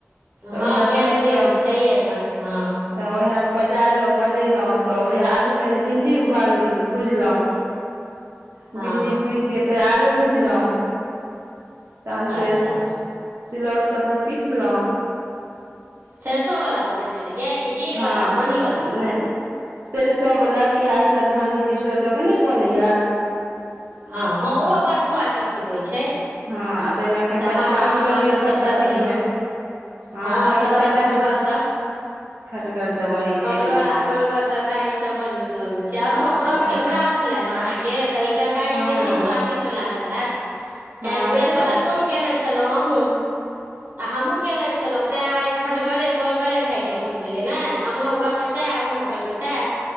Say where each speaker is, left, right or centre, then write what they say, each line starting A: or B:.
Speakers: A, on the right (about 70°); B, on the right (about 45°).
A: तऽ
B: हँ
A: उएह
B: गैसके
A: बनेलहु
B: छैहे एखन ह
A: तऽ ओएह पजारलहुँ बनेलहुँ तऽ ओए हे आलू पहिने भिंडी उबाल भुजलहुँ
B: हँ
A: भिंडी भूजि कऽ फेर आलू भुजलहु तहन
B: अच्छा
A: फेर सिलौट सभपर पीसलहुँं
B: सरसो वाला बनेने रहियै कि जीर
A: हँ
B: वाला धनी वाला
A: नहि सरिसो वाला पियाज सभ धनी जीर सभ दऽ के ने बनैया
B: ह ह ओहो बड स्वादिष्ट टबै छै
A: हँ ताहिमे एखन
B: टमाटर
A: कचका आम
B: तमाटर
A: दऽ दियौ सभटा
B: सभ दऽ
A: चीज
B: दियौ
A: मे हँ
B: ह
A: एखन
B: एकदम
A: सभटा ताहिमे
B: खटगरस
A: खटगर से बनै
B: खटगर
A: छै एक
B: आ कोरगर तड़कारी सभ बड़ नीक लगैत छै आ ओनाहो
A: नम्बर
B: व्रत के प्रात छलए न अहाँकेँ तऽ ई तरकारी
A: हँ
B: बेसी स्वादिष्ट लागल हैत
A: हँ
B: काइल वेरहवाला
A: हँ
B: सोम केने छेलो अहूँ आ हमहूँ केने छलहुँ तै आइ खटगरे करगरे खायके मोन भेलै ने हमरो घरमे सएह अहूँ घर मे सएह